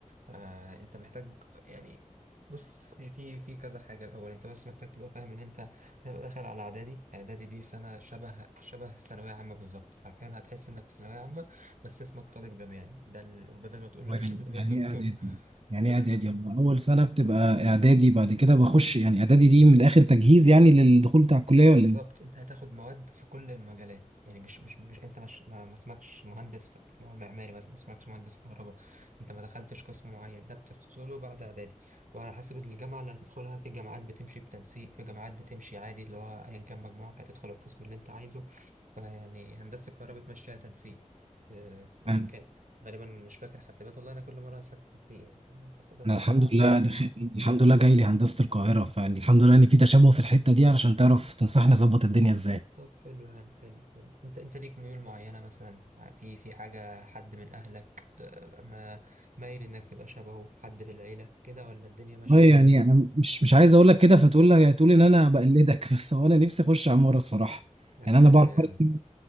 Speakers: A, on the right (about 75°); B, on the right (about 50°).
A: آه انت محتاج يعني بص في في في كذا حاجة الأول أنت بس محتاج تبقى فاهم إن أنت هيبقى داخل على اعدادي اعدادي دي سنه شبه شبه الثانويه عامه بالظبط حرفيا هتحس انك في ثانويه عامه بس اسمك طالب جامعي ده ال... وبدل ما تقول
B: هو يعني يعني
A: <laughs> دكتور
B: ايه اعدادي يعني
A: بدل
B: ايه اعدادي
A: ما تقول
B: هو اول سنه بتبقى اعدادي بعد كده بخش يعني اعدادي دي من الاخر تجهيز يعني للدخول بتاع الكليه
A: بالظبط
B: ولا ايه
A: انت هتاخد مواد في كل المجالات يعني مش مش, مش انت مش ما ما اسمكش مهندس ف- معماري مثلا ما اسمكش مهندس كهرباء انت ما دخلتش قسم معين ده بتحصله بعد اعدادي وعلى حسب الجامعه اللي هتدخلها في جامعات بتمشي بتنسيق في جامعات بتمشي عادي اللي هو ايا كان مجموعك هتدخل القسم اللي انت عايزه فيعني هندسه الكهرباء بتمشيها تنسيق اه،
B: تمام.
A: ايا كان غالبا مش فاكر حاسبات والله انا كل مره انسى التنسيق يعني حاسبات
B: انا
A: هي
B: الحمد
A: اعلى
B: لله
A: واحده
B: دخل... الحمد لله جاي لي هندسه القاهره فيعني الحمد لله ان في تشابه في الحته دي علشان تعرف تنصحني اظبط الدنيا ازاي
A: طب حلو يا عم حلو حلو انت انت ليك ميول معينة مثلا في في حاجة حد من اهلك آه، ما مايل انك تبقى شبهه حد في العيلة كده ولا الدنيا ماشية
B: والله
A: ازاي
B: يعني
A: يعني؟
B: انا مش مش عايز اقول لك كده فتقول لك تقول ان انا بقلدك <laughs> بس هو انا نفسي اخش عماره الصراحه
A: يا
B: يعني
A: سلام
B: انا بعرف ارسم